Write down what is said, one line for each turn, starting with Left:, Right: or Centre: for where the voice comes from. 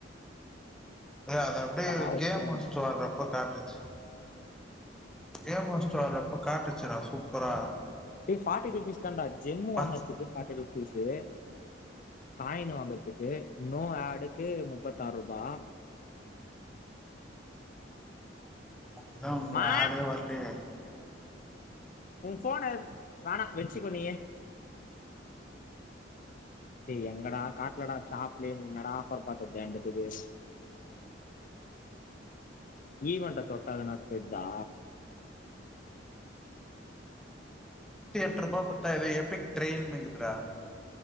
Centre: டேய் அத அப்டியே
Left: சாவடிச்சிருவே
Centre: கேம் வெச்சிட்டு வர்றப்ப காட்டுச்சு கேம் முச்ட்டு வர்றப்ப காட்டுச்சு டா சூப்பரா
Left: டேய் ஃபார்ட்டி ருபீஸ்தான்டா ஜெம்மு வாங்குறதுக்கு
Centre: அதா
Left: ஃபார்ட்டி ருபீ பீஸு காயின் வாங்கறதுக்கு நோ ஆடுக்கு முப்பத்தாறுபா
Centre: அதா உங்க
Left: மா
Centre: ஆடே வர்லயே
Left: ஊ ஃபோனு வேணா வெச்சுக்கோ நீயே டேய் எங்கடா காட்டுலடா ஷாப்லயே நீ இன்னடா ஆஃபர் பாத்த தேண்டத்துக்கு ஈவன்ட்ட தொட்டா எதனா தெர்தா
Centre: நூத்தியெட்ருபா குத்தா எதோ எப்பி்க் ட்ரெய்ல்னு இக்குதுடா